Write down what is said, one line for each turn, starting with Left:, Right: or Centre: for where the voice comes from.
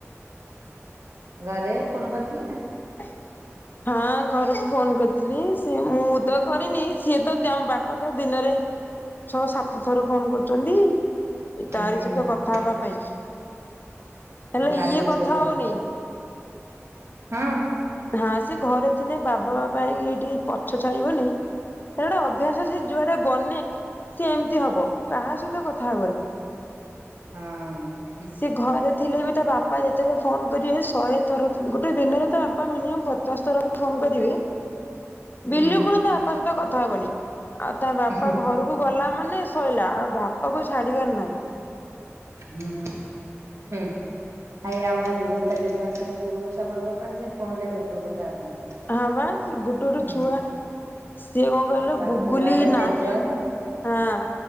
Right: ଘରେ ଫୋନ କରିଥିଲେ ନା?
Left: <inaudible> ହଁ ଘରକୁ ଫୋନ କରିଥିଲି ସେ ମୁଁ ତ କରିନି ସିଏ ତ ବାପା ତ ଦିନରେ ଛଅ ସାତ ଥର ଫୋନ କରୁଛନ୍ତି ତାରି
Right: ହୁଁ
Left: ସହିତ କଥା ହବା ପାଇଁ ହେଲା
Right: ଲାଡୁଲ
Left: ଇଏ କଥା
Right: ସହିତ।
Left: ହଉନି।
Right: ହଁ।
Left: ହଁ ସେ ଘରେ ଥିଲେ ବାବା ବାବା ହେଇକି ଏଠି ପଛ ଛାଡିବନି। ତା ଗୋଟେ ଅଭ୍ୟାସ ସେ ଯୁଆଟେ ଗଲେେ ସି ଏମିତି ହବ କାହା ସହିତ କଥା ହବନି।
Right: ହଁ।
Left: ସେ ଘରେ ଥିଲେ ବି ତା ବାପା ଯେତେବେଳେ ଫୋନ୍ କରିବେ ଶହେ ଥର ଗୋଟେ ଦିନରେ ତା ବାପା ମିନିମମ୍ ପଚାଶ ଥର ଫୋନ୍ କରିବେ
Right: ହୁଁ
Left: ବିଲୁକୁଳ ତା ବାପା ସହିତ କଥା ହବନି ଆଉ ତା ବାପା
Right: ହୁଁ।
Left: ଘରକୁ ଗଲା ମାନେ ଶୋଇଲା ଆଉ ବାପା କ ଛାଡିବାର ନାହିଁ।
Right: ହୁଁ ହୁଁ। ଆାଇ ଆମ ଗୁଗଲ ତାେମାରେ ଗୁଗଲ ସବୁଳେ ଭଲ ପନି ସେ ଫୋନରେ ବିଲକୁଲ କଥା ହବନି।
Left: ହଁ ବା ସେ ଗୋଟେ ଗୋଟେ
Right: ହୁଁ
Left: ଛୁଆ ସିଏ କଣ କହିଲ
Right: ଆଉ ପାଖକୁ
Left: ଗୁଗୁଲି
Right: ଆଉ ତା
Left: ନାହିଁ।
Right: ଜେଜ
Left: ହଁ